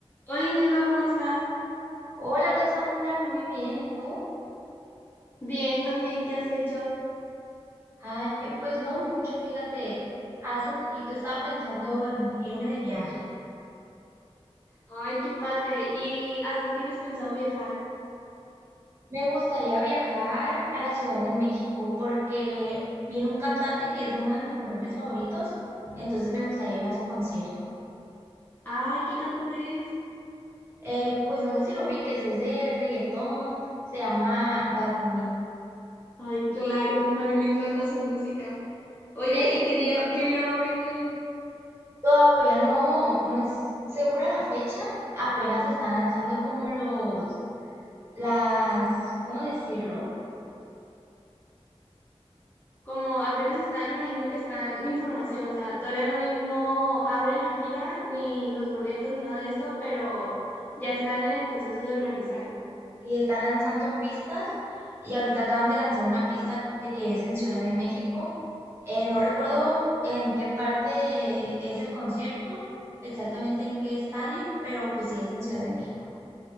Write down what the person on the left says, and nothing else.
Hola Inelva, ¿cómo estás?
Bien, también, ¿qué has hecho?
Ay, qué padre. ¿Y a dónde tienes pensado viajar?
Ay, ¿qué cantante es?
Ay, claro, a mí me encanta su música. Oye,
¿y qué día, qué día va a venir?
Como apenas están, me imagino que están en información, o sea, todavía no, vi- no abren la gira, ni los boletos, ni nada de esto, pero ya están en el proceso de organizar.